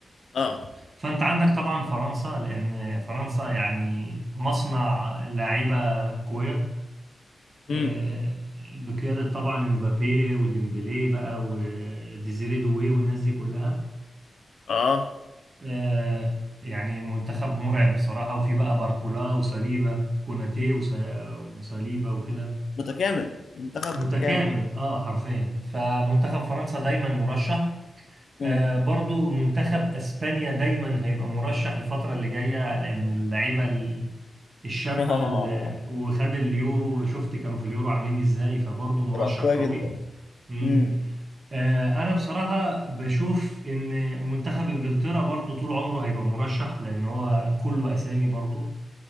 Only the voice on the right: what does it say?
فانت عندك طبعا فرنسا لان فرنسا يعني مصنع لعيبه اقوياء
آه، بقياده طبعا امبابي وديمبلي بقى وديزيري دوي والناس دي كلها
آه، يعني منتخب مرعب بصراحه وفي بقى باركولا وساليبا كوناتي وس- وساليبا وكده
متكامل
اه حرفيا فمنتخب فرنسا دايما مرشح
آه، برضو منتخب اسبانيا دايما هيبقى مرشح الفترة اللي جاية لان اللعيبة ال- الشابة
اللي وخد اليورو شفت كانوا في اليورو عاملين ازاي فبرضو مرشح
قوي
مم.
آه، انا بصراحة بشوف ان منتخب انجلترا برضو طول عمره هيبقى مرشح لان هو كله اسامي برضو